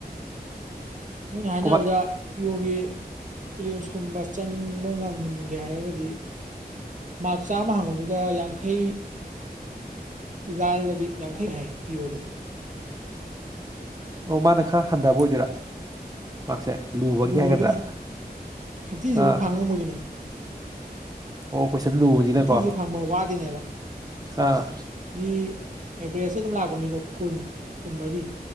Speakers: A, on the right; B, on the right.
A: ꯃꯣꯏꯅ ꯍꯥꯏꯅꯕꯗ
B: ꯀꯃꯥꯏ
A: ꯄꯤ ꯑꯣꯒꯤ ꯄꯔꯦꯂꯤꯝꯁꯀꯨꯝꯕ ꯆꯪꯕ ꯉꯝꯒꯦ ꯍꯥꯏꯔꯒꯗꯤ ꯃꯥꯔꯛ ꯆꯥꯝꯃ ꯍꯪꯕꯗꯨꯗ ꯌꯥꯡꯈꯩ ꯂꯥꯜꯂꯗꯤ ꯌꯥꯡꯈꯩꯅꯦ ꯍꯥꯏ ꯄꯤ ꯑꯣꯗꯗꯤ
B: ꯑꯣ ꯃꯥꯅ ꯈꯔ ꯍꯟꯊꯕ ꯑꯣꯏꯗꯣꯏꯔ ꯃꯥꯔꯛꯁꯦ ꯂꯨꯕꯒꯤ
A: ꯂꯨꯕꯒꯤꯅꯤ
B: ꯍꯥꯏꯒꯗ꯭ꯔ
A: ꯐꯤꯐꯇꯤꯁꯤꯕꯨ
B: ꯑꯥ
A: ꯐꯪꯉꯝꯃꯣꯏꯗꯣꯏꯅꯦ
B: ꯑꯣ ꯀꯣꯏꯁꯟ ꯂꯨꯕꯅꯤꯅꯀꯣ
A: ꯐꯤꯞꯇꯤꯁꯦ ꯐꯪꯕ ꯋꯥꯗꯣꯏꯅꯦꯕ
B: ꯑꯥ
A: ꯃꯤ ꯑꯦꯕꯔꯦꯖꯇ ꯑꯗꯨꯝ ꯂꯥꯛꯄ ꯃꯤꯗꯣ ꯀꯨꯟ ꯀꯨꯟꯃꯔꯤ